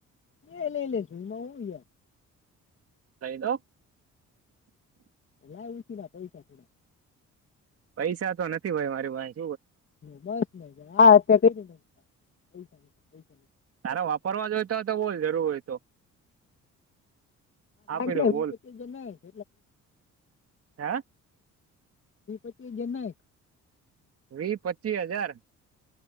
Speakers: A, on the left; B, on the right.
A: એ લઈ લઈ સુું ઈમાં હું યાર
B: કઈ નઈ
A: ક ઉછી પૈસા થોડા
B: પૈસા તો નથી ભાઈ મારી પાહે
A: બસ મજા હા અત્યારે કઈ કોહી ચાઈ
B: તારા વાપરવા જોય તો હોય તો બોલ જરૂર હોય તો આપી
A: વીસ
B: દઉં બોલ
A: પચીસ હજાર નાંખ
B: હે
A: એક જણ ન એ
B: વી પચીસ હજાર